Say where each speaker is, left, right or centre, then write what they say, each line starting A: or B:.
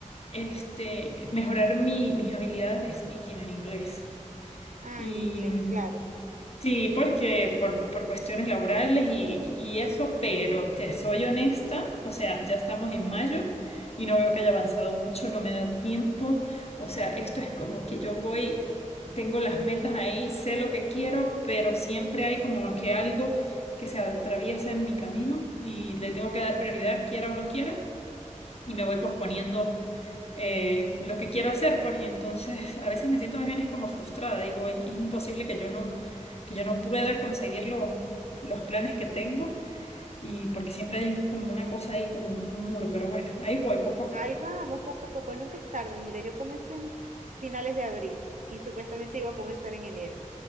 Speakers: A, on the left; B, on the right.
A: este, mejorar mi- mis habilidades de speaking en inglés.
B: Ah,
A: Y,
B: en inglés,
A: mm,
B: claro.
A: Sí, porque por, por cuestiones laborales y, y eso, pero te soy honesta, o sea, ya estamos en mayo y no veo que haya avanzado mucho, no me da tiempo, o sea, esto es como que yo voy, tengo las metas ahí, sé lo que quiero, pero siempre hay como que algo que se atraviesa en mi camino y le tengo que dar prioridad, quiera o no quiera y me voy posponiendo eh, lo que quiero hacer, pues, y entonces a veces me siento más bien es como frustrada, digo, es, es imposible que yo no, que yo no pueda conseguir lo- los planes que tengo, y porque siempre hay como una cosa ahí, como un, un muro, pero bueno, ahí voy poco a
B: Ahí
A: poco.
B: vamos, poco a poco, nunca es tarde. Mira, yo comencé en finales de abril y supuestamente iba a comenzar en enero.